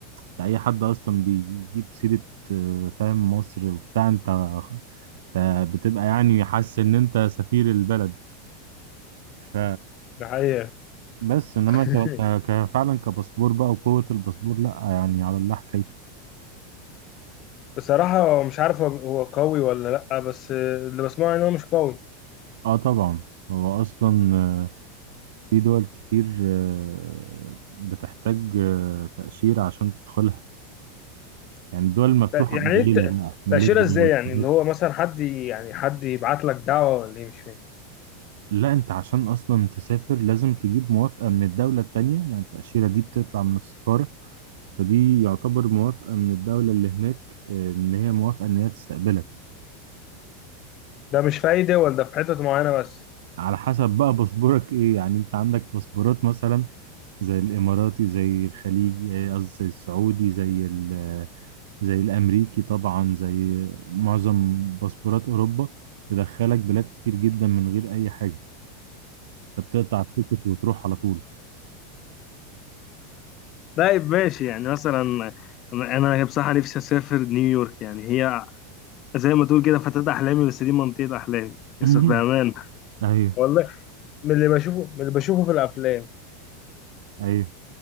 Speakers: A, on the right; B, on the left.
A: ده اي حد اصلا بيجيب سيره آه، فاهم مصر وبتاع انت انت بتبقى يعني حاسس ان انت سفير البلد ف
B: ده حقيقه
A: بس انما
B: <laughs>
A: ك... ك... ك- فعلا كباسبور بقى وقوه الباسبور لا يعني على الله حكايته
B: بصراحه مش عارف هو هو قوي ولا لا بس اللي بسمعه ان هو مش قوي
A: اه طبعا هو اصلا آه، في دول كتير آه، بتحتاج آه، تأشيرة عشان تدخلها يعني الدول المفتوحة
B: يعني
A: قليلة
B: ايه ت-
A: بقى ماليزيا
B: تأشيرة ازاي
A: والحاجات
B: يعني اللي هو مثلا حد ي- يعني حد يبعت لك دعوة ولا ايه مش فاهم
A: لا انت عشان اصلا تسافر لازم تجيب موافقة من الدولة التانية يعني التأشيرة دي بتطلع من السفارة فدي يعتبر موافقة من الدولة اللي هناك آه، ان هي موافقة ان هي تستقبلك
B: ده مش في اي دول ده في حتت معينة بس
A: على حسب بقى باسبورك ايه يعني انت عندك باسبورات مثلا زي الاماراتي زي الخليجي آه، قصدي زي السعودي زي ال آه، زي الامريكي طبعا زي معظم باسبورات اوروبا تدخلك بلاد كتير جدا من غير اي حاجه انت بتقطع التيكت وتروح على طول
B: طيب ماشي يعني مثلا انا أنا بصراحه نفسي اسافر نيويورك يعني هي زي ما تقول كده فتاة احلامي بس دي منطقه احلامي
A: <laughs>
B: بس بامان
A: ايوه
B: والله من اللي بشوفه من اللي بشوفه في الافلام
A: ايوه